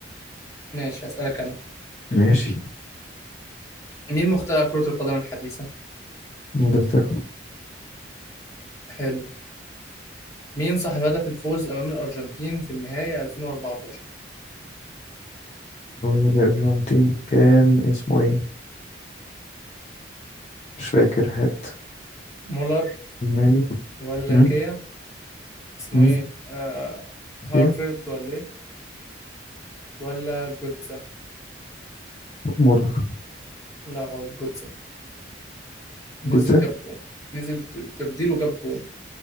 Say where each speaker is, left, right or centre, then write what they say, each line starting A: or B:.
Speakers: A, on the left; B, on the left.
A: ماشي اسالك انا
B: ماشي
A: مين مخترع كره القدم الحديثه
B: انجلترا
A: حلو مين صاحب هدف الفوز امام الارجنتين في النهائي 2014
B: الارجنتين كان اسمه ايه مش فاكر هات
A: مولر
B: ماني
A: ولا
B: مم.
A: كيا اسمه
B: مم.
A: ايه آه
B: اوكي
A: هارفرد ولا ايه ولا جوتزا
B: مولر
A: لا غلط جوتزا نزل
B: جوتزا
A: جاب جون نزل تبديله جاب جون